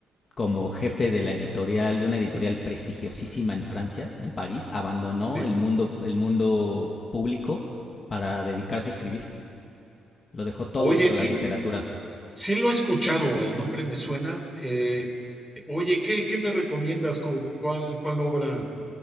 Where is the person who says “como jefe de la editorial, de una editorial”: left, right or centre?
Left